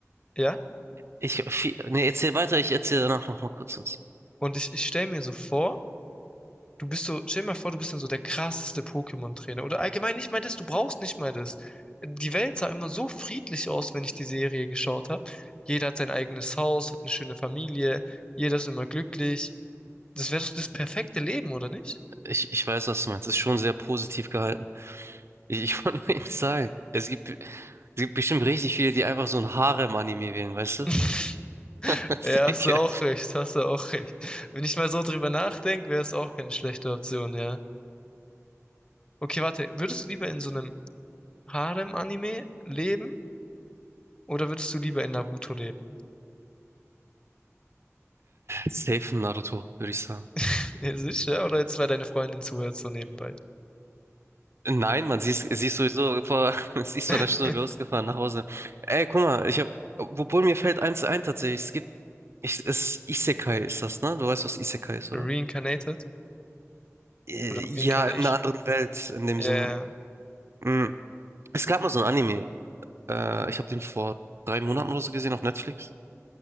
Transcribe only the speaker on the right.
ich, viel, nee, erzähl weiter, ich erzähle danach noch mal kurz was.
Ich, ich weiß, was du meinst. Ist schon sehr positiv gehalten. Ich, ich <laughs> wollte nur eben sagen, es gibt, es gibt bestimmt richtig viele, die einfach so ein Harem-Anime wählen, weißt du?
<laughs> Weißt
du, ich,
äh,
safe ein Naruto, würde ich sagen.
Nein, man, siehst siehst sowieso vor, <laughs> sie ist
vor einer Stunde losgefahren nach Hause. Ey, guck mal, ich hab, obwohl mir fällt eins ein tatsächlich, es gibt, ich, es, Isekai ist das, ne? Du weißt, was Isekai ist,
oder? Äh,
Ja,
in einer anderen Welt, in dem
Sinne.
Mm. Es gab mal so ein Anime, äh, ich habe den vor drei Monaten oder so gesehen auf Netflix.